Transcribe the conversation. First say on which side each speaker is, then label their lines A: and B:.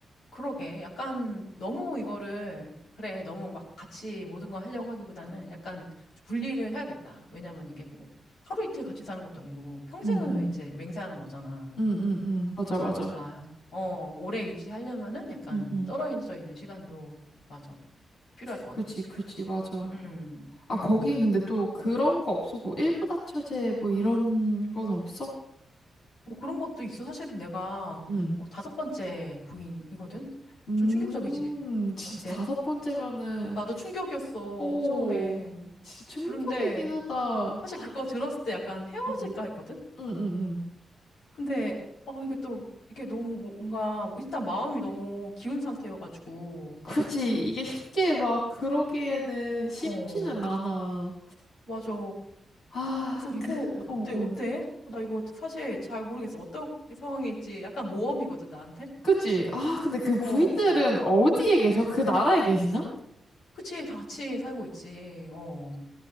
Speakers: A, on the left (about 70°); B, on the left (about 55°).
A: 그러게. 약간 너무 이거를, 그래, 너무 막 같이 모든 걸 하려고 하기보다는 약간 분리를 해야겠다. 왜냐면 이게 뭐 하루 이틀 같이 사는 것도 아니고 뭐 평생을
B: 응, 응.
A: 이제 맹세하는 거잖아.
B: 응, 응, 응. 맞아, 맞아.
A: 그러니까, 어, 오래 유지하려면은 약간
B: 응, 응.
A: 떨어져 있는 시간도, 맞아. 필요할 것
B: 그치
A: 같아.
B: 그치 맞아.
A: 음,
B: 아,
A: 음.
B: 거기 근데 또 그런 거 없어? 뭐, 일부다 처제 뭐 이런 건 없어?
A: 뭐 그런 것도 있어. 사실은 내가
B: 응.
A: 어, 다섯 번째 부인이거든?
B: 음,
A: 좀 충격적이지.
B: <laughs> 진짜
A: 어때?
B: 다섯 번째면은,
A: 나도 충격이었어,
B: 오,
A: 처음에.
B: 진짜 충격이긴
A: 그런데,
B: 하다.
A: 사실 그거 들었을 때 약간 헤어질까
B: 응,
A: 했거든?
B: 응, 응, 응.
A: 근데, 아 이게 또, 이게 너무 뭔가, 일단 마음이 너무 기운 상태여가지고,
B: 굳이 이게 쉽게 막 그러기에는 쉽지는
A: 어,
B: 않아.
A: 맞아.
B: 아,
A: 그래서 이거
B: 그,
A: 어때,
B: 어, 어.
A: 어때? 나 이거 사실 잘 모르겠어. 어떤 상황일지 약간 모험이거든, 나한테?
B: 그치? 아, 근데 그 부인들은
A: 어,
B: 어디에 계셔? 그 나라에 계시나?
A: 그치, 다 같이 살고 있지. 어,